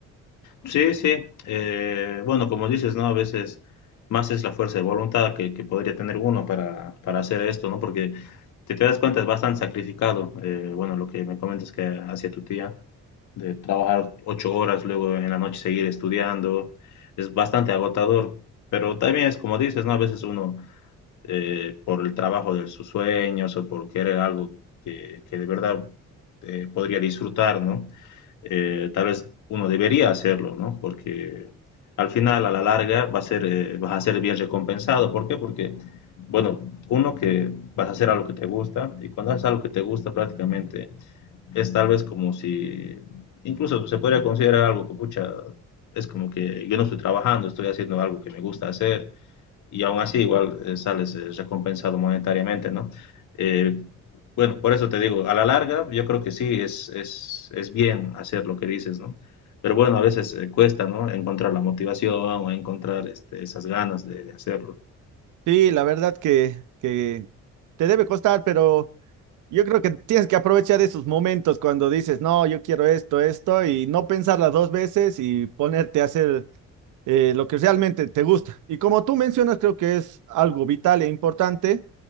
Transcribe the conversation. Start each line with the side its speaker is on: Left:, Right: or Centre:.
Left: Sí, sí. Eh, bueno, como dices, ¿no? A veces más es la fuerza de voluntad que, que podría tener uno para, para hacer esto, ¿no? Porque si te das cuenta es bastante sacrificado. Eh, bueno, lo que me comentas que hacía tu tía, de trabajar ocho horas, luego en la noche seguir estudiando, es bastante agotador. Pero también es como dices, ¿no? A veces uno eh, por el trabajo de sus sueños o por querer algo que, que de verdad eh, podría disfrutar, ¿no? Eh, tal vez uno debería hacerlo, ¿no? Porque al final, a la larga, va a ser, eh, vas a ser bien recompensado. ¿Por qué? Porque, bueno, uno que vas a hacer algo que te gusta y cuando haces algo que te gusta prácticamente es tal vez como si, incluso se podría considerar algo que, pucha, es como que yo no estoy trabajando, estoy haciendo algo que me gusta hacer y aún así igual eh, sales eh, recompensado monetariamente, ¿no? Eh, bueno, por eso te digo, a la larga yo creo que sí es, es, es bien hacer lo que dices, ¿no? Pero bueno, a veces eh, cuesta, ¿no? Encontrar la motivación o encontrar este, esas ganas de, de hacerlo.
Right: Sí, la verdad que, que te debe costar, pero yo creo que tienes que aprovechar esos momentos cuando dices, no, yo quiero esto, esto, y no pensarla dos veces y ponerte a hacer eh, lo que realmente te gusta. Y como tú mencionas, creo que es algo vital e importante